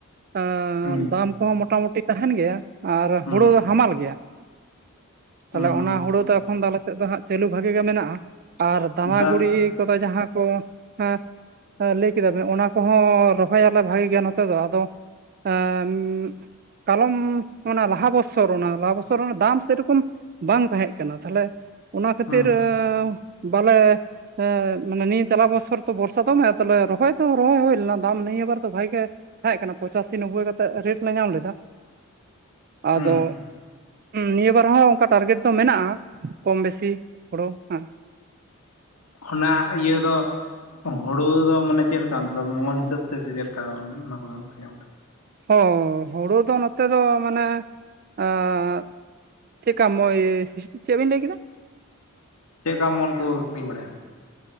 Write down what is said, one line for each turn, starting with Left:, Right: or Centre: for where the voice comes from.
Right: ᱟᱸᱻ
Left: ᱦᱩᱸ
Right: ᱫᱟᱢ ᱠᱚᱦᱚᱸ ᱢᱚᱴᱟᱢᱩᱴᱤ ᱛᱟᱦᱮᱸᱱ ᱜᱮᱭᱟ ᱟ
Left: ᱦᱩᱸ
Right: ᱦᱳᱲᱳ ᱫᱚ ᱦᱟᱢᱟᱞ ᱜᱮᱭᱟ, ᱛᱟᱦᱚᱞᱮ
Left: ᱦᱩᱸ
Right: ᱚᱱᱟ ᱦᱳᱲᱳ ᱫᱚ ᱮᱠᱷᱚᱱ ᱫᱚ ᱟᱞᱮ ᱥᱮᱫ ᱫᱚ ᱦᱟᱸᱜ ᱪᱟᱹᱞᱩ ᱵᱷᱟᱜᱤ ᱜᱮ ᱢᱮᱱᱟᱜᱼᱟ, ᱟᱨ ᱫᱟᱢᱟ
Left: ᱫᱟᱜ
Right: ᱜᱩᱲᱤ ᱠᱚᱫᱚ ᱡᱟᱦᱟᱸ ᱠᱚ ᱮᱸ ᱞᱟᱹᱭ ᱠᱮᱫᱟ ᱵᱤᱱ ᱚᱱᱟ ᱠᱚᱦᱚᱸ ᱨᱚᱦᱚᱭᱟᱞᱮ ᱵᱷᱟᱜᱮ ᱜᱮᱭᱟ ᱱᱚᱛᱮ ᱫᱚ ᱟᱫᱚ ᱮᱸᱻᱢ, ᱠᱟᱞᱚᱢ ᱚᱱᱟ ᱞᱟᱦᱟ ᱵᱚᱥ ᱥᱚᱨ ᱚᱱᱟ ᱞᱟᱦᱟ ᱵᱚᱥᱚᱨ ᱚᱱᱟ ᱫᱟᱢ ᱥᱮᱨᱚᱠᱚᱢ ᱵᱟᱝ ᱛᱟᱦᱮᱸᱜ ᱠᱟᱱᱟ ᱛᱟᱦᱚᱞᱮ ᱚᱱᱟ ᱠᱷᱟᱹᱛᱤᱨᱻ
Left: ᱦᱩᱸ
Right: ᱵᱟᱞᱮ ᱮᱸᱻ ᱢᱟᱱᱮ ᱱᱤᱭᱟᱹ ᱪᱟᱞᱟᱣ ᱵᱚᱪᱷᱚᱨ ᱛᱚ ᱵᱚᱨᱥᱟ ᱫᱚᱢᱮ ᱛᱟᱦᱚᱞᱮ ᱨᱚᱦᱚᱭ ᱫᱚ ᱨᱚᱦᱚᱭ ᱦᱩᱭ ᱞᱮᱱᱟ ᱫᱟᱢ ᱱᱤᱭᱟᱹ ᱵᱟᱨ ᱫᱚ ᱵᱷᱟᱜᱮ ᱜᱮ ᱛᱟᱦᱮᱸᱜ ᱠᱟᱱᱟ ᱯᱚᱸᱪᱟᱥᱤ ᱱᱚᱵᱵᱳᱭ ᱠᱟᱛᱮᱫ ᱨᱮᱴ ᱞᱮ ᱧᱟᱢ ᱞᱮᱫᱟ᱾
Left: ᱦᱩᱸ
Right: ᱟᱫᱚ ᱱᱤᱭᱟᱹ ᱵᱟᱨ ᱦᱚᱸ ᱚᱝᱠᱟ ᱴᱟᱨᱜᱮᱴ ᱫᱚ ᱢᱮᱱᱟᱜᱼᱟ ᱠᱚᱢ ᱵᱮᱥᱤ ᱦᱳᱲᱳ ᱦᱮᱸ᱾
Left: ᱚᱱᱟ ᱤᱭᱟᱹ ᱫᱚ ᱦᱳᱲᱳ ᱫᱚ ᱢᱟᱱᱮ ᱪᱮᱫ ᱞᱮᱠᱟ ᱚᱱᱛᱮ ᱫᱚ ᱢᱚᱱ ᱦᱤᱥᱟᱹᱵ ᱛᱮ ᱥᱮ ᱪᱮᱫ ᱞᱮᱠᱟ ᱚᱱᱟ ᱠᱚ ᱧᱮᱞ ᱮᱫᱟ?
Right: ᱚᱻ ᱦᱳᱲᱳ ᱫᱚ ᱱᱚᱛᱮ ᱫᱚ ᱢᱟᱱᱮ ᱮᱸᱻ ᱪᱮᱫᱠᱟ ᱢᱚᱭᱻ ᱪᱮᱫ ᱵᱤᱱ ᱞᱟᱹᱭ ᱠᱮᱫᱟ?
Left: ᱪᱮᱜᱠᱟ ᱢᱚᱱ ᱠᱚ ᱟᱹᱠᱷᱨᱤᱧ ᱵᱟᱲᱟᱭᱟ?